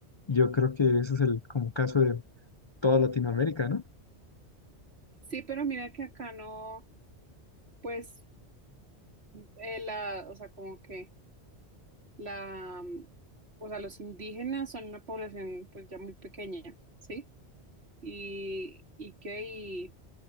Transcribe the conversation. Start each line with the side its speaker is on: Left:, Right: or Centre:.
Left: yo creo que ese es el como caso de toda Latinoamérica, ¿no?
Right: Sí, pero mira que acá no, pues. eh, la, o sea, como que la, mm, o sea, los indígenas son una población pues ya muy pequeña, ¿sí? Y, y que y,